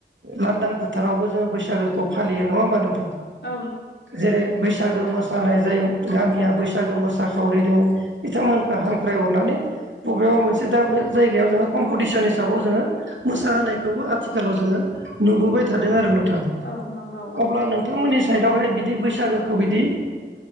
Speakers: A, on the right (about 85°); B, on the left (about 80°).
A: लांदां फोथारावबो जोङो बैसागोखौ फालियो नङा होमबा नोंथां।
B: औ
A: जेरै बैसागो मोसानाय जायो गामिया बैसागो मोसाखावरि दङ बिथांमोनखौ हांख्रायहरनानै बबेबा मोनसे दा बे जायगायाव जोङो कम्पिटिसन हिसाबाव जोङो मोसाहोनायखौबो आथिखालाव जोङो नुबोबाय थादों आरो नोंथां
B: औ नंगौ
A: अब्ला
B: औ
A: नोंथांमोननि साइावहाय बिदि बैसागोखौ बिदि